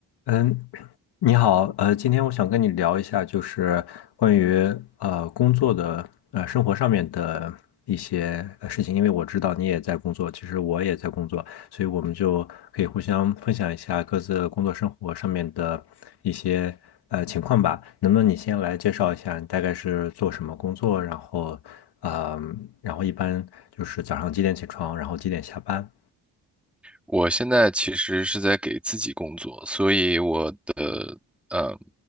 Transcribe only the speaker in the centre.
我现在其实是在给自己工作，所以我的呃